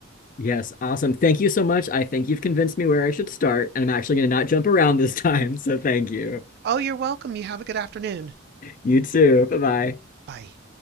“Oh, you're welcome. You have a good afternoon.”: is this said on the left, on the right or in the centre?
Right